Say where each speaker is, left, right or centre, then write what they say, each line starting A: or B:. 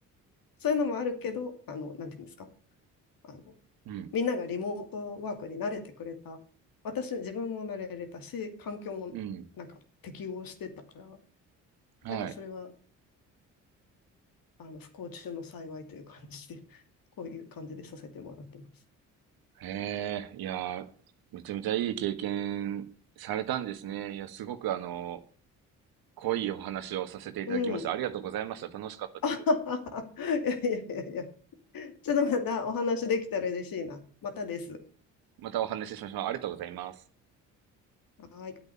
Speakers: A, on the left; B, on the right.
A: そういうのもあるけど、あの、なんていうんですか、あの、
B: うん、
A: みんながリモートワークに慣れてくれた、私、自分も慣れれたし、環境もなんか適応してたから、
B: うん、はい。
A: なんかそれは、あの、不幸中の幸いという感じで、<laughs> こういう感じでさせてもらってます。
B: へえ、いやー、めちゃめちゃいい経験されたんですね。いや、すごくあの、濃いお話をさせていただきました。
A: うん。
B: ありがとうございました。楽しかったです。
A: <laughs> あははは。いやいやいやいや。ちょっとまたお話できたら嬉しいな。またです。
B: またお話ししましょう。ありがとうございます。
A: はい。